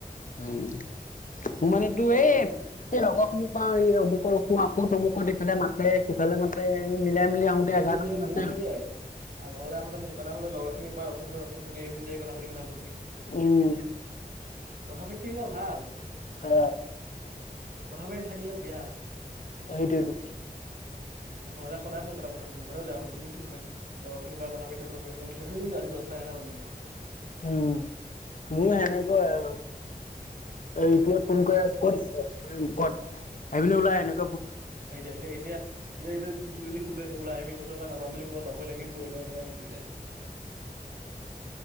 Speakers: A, on the left (about 55°); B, on the right (about 60°).
A: উম,
B: দিগদাৰ
A: মোৰ
B: হয়
A: মানে
B: দেচোন
A: তো
B: চব
A: এই
B: কৰি থাকিব
A: এই লগৰ খিনি পাও এই অমুকৰ খো আকৌ অমুকত ইফালে মাতে, সিফালে মাতে মিলাই মিলি আহোতে
B: অ, হেৰি
A: এঘাৰটামান
B: হেৰি
A: বাজে
B: মোৰ
A: আৰু।
B: সেয়াই আগৰলে আহোতে সোনকালে আহোতে লগ এই পাৰ ৰখোতে ৰখোতে দেৰি হৈ যায় কথা পাতি কথা পাতি
A: উম,
B: কথা পাতি থাকিলে ভাল।
A: অ
B: কথা পাতি নাথাকিলে বেয়া
A: আহিদেটো
B: ঘৰলে সদায় সোম তাৰপৰা মই এতিয়া, সোনকালেই লই আহো কিন্তু কি কৰিম লগৰ খিনিৰ পৰা কথা পাতি থাকো, থাকোতে ৰাতি দচটা এঘাৰটা বাজি যায়।
A: উম, মোৰ সেনে কোৱা আৰু এইটোৱে ফোন কৰে ক'ত আছ কত, আহি পিনে ওলাই এনেক
B: এতিয়া এতিয়া এতিয়া এতিয়া, এয়া ত যদি সোধে ওলাই আহি যত তত পৰা নাযাম বুলি কব। যাবই লাগিবৈ ল কথা পাতিলে